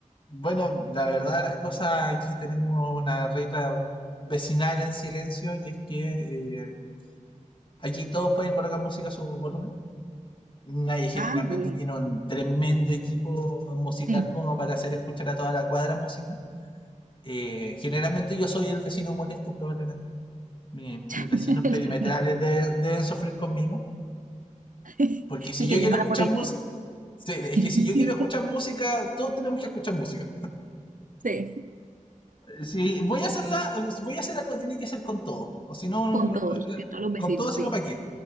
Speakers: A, on the left; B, on the right.
A: bueno, la verdad, las cosas aquí tenemos una regla vecinal en silencio y es que eh, aquí todos pueden colocar música a su volumen. Nadie generalmente
B: Ah, bien.
A: tiene un tremendo equipo musical
B: Sí.
A: como para hacer escuchar a toda la cuadra música. Eh, generalmente yo soy el vecino molesto probablemente. Mi-
B: <laughs>
A: mis vecinos
B: El
A: perimetrales
B: que-
A: de- deben sufrir conmigo.
B: <laughs> El
A: Porque si yo
B: que
A: quiero
B: llama
A: escuchar
B: a la policía.
A: música, Sí, es
B: <laughs>
A: que si yo quiero escuchar música, todos tenemos que escuchar música.
B: Sí,
A: Si voy a hacerla, si voy a hacer algo, tiene que ser con todo. O si no, no,
B: con
A: no-
B: todos,
A: no-
B: que todos los vecinos,
A: con todo, si
B: sí.
A: no, ¿para qué?